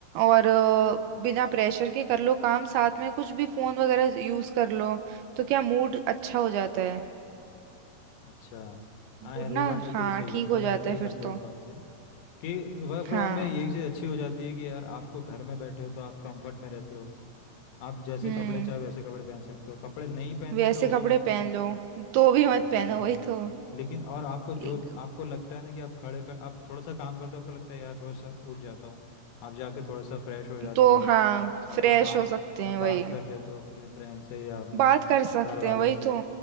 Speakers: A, on the right; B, on the left.
A: और अ, बिना प्रेशर के कर लो काम साथ में कुछ भी फोन वगैरह यूज कर लो तो क्या मूड अच्छा हो जाता है
B: अच्छा हाँ
A: मूड
B: यार वो
A: ना
B: बात तो
A: हाँ
B: तेरी सही
A: ठीक
B: है मुझे
A: हो जाता
B: एग्री
A: है फिर
B: करता
A: तो
B: हूँ उस बात से कि वर्क फ्रॉम
A: हाँ
B: होम में ये चीज़ अच्छी हो जाती है कि यार आपको घर में बैठे हो तो आप कंफर्ट में रहते हो आप जैसे
A: हम्म
B: कपड़े चाहे वैसे कपड़े पहन सकते हो कपड़े नहीं पहनने
A: वैसे
B: तो वो
A: कपड़े
B: भी मत
A: पहन
B: पहनो
A: लो तो भी मत
B: ठीक
A: पहनो
B: है हाँ
A: वही तो
B: लेकिन और आपको
A: एक-
B: जो आपको लगता है ना कि आप खड़े खड़े आप थोड़ा सा काम करते हो आपको लगता है यार थोड़ा सा उठ जाता हूँ आप जाके थोड़ा सा फ्रेश हो जाते
A: तो
B: हो
A: हाँ
B: आप
A: फ्रेश
B: थोड़ा बात
A: हो सकते
B: आप
A: हैं
B: बात
A: वही
B: कर लेते हो अपने फ्रेंड से या अपने
A: बात कर सकते
B: घर वालों
A: हैं वही
B: से
A: तो